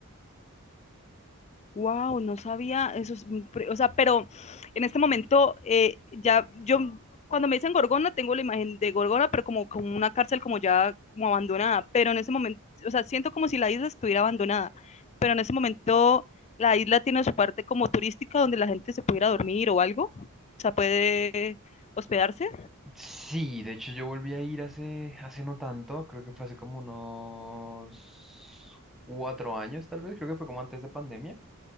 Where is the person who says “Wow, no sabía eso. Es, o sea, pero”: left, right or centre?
Left